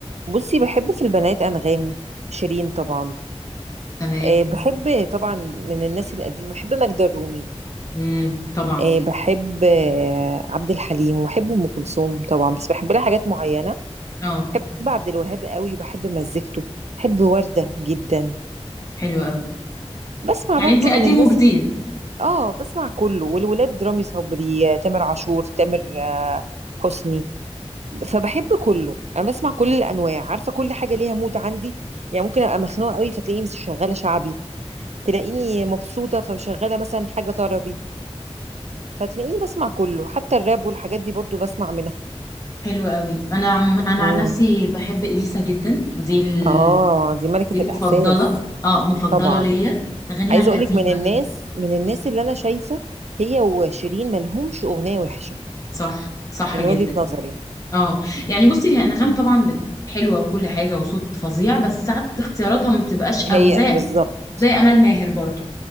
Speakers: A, on the right; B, on the left.
A: بصي بحب في البنات انغام شيرين طبعا
B: تمام
A: آه، بحب طبعا من الناس القديمة بحب ماجدة الرومي
B: امم طبعا
A: آه، بحب آه، عبد الحليم وبحب ام كلثوم طبعا بس بحب لها حاجات معينه
B: اه
A: بحب عبد الوهاب قوي وبحب مزيكته بحب ورده جدا
B: حلو قوي
A: بسمع
B: يعني
A: برضو
B: انت قديم
A: من الناس
B: وجديد
A: ال- اه بسمع كله والولاد رامي صبري آه، تامر عاشور تامر آه، حسني فبحب كله انا بسمع كل الانواع عارفه كل حاجه ليها مود عندي يعني ممكن ابقى مخنوقه قوي فتلاقيني مش شغاله شعبي تلاقيني مبسوطه فمشغله مثلا حاجه طربي فتلاقيني بسمع كله حتى الراب والحاجات دي برضو بسمع
B: حلو قوي انا عم... انا
A: منها
B: عن نفسي بحب اليسا جدا دي ال...
A: اه دي ملكة
B: دي المفضله
A: الإحساس
B: اه مفضله
A: طبعا
B: ليا اغانيها
A: عايزة
B: القديمه
A: أقولك من الناس من الناس اللي أنا شايفة هي وشيرين ملهمش أغنية وحشة
B: صح صح
A: من
B: جدا
A: وجهة نظري
B: اه يعني بصي هي انغام طبعا بت... حلوه وكل حاجه وصوت فظيع بس ساعات اختياراتها ما بتبقاش قوي
A: هي
B: زي
A: بالظبط
B: زي امال ماهر برضو